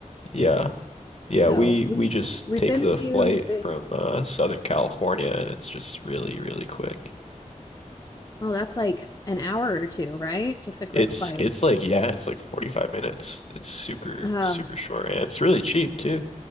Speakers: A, on the left; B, on the left.
A: Yeah. Yeah,
B: So
A: we
B: we
A: we just
B: we've
A: take
B: been
A: the
B: to,
A: flight from uh Southern California and it's just really, really quick.
B: oh, that's like an hour or two, right? Just a quick
A: It's
B: flight.
A: it's like yeah, it's like 45 minutes. It's super
B: Oh,
A: super short and it's really cheap too.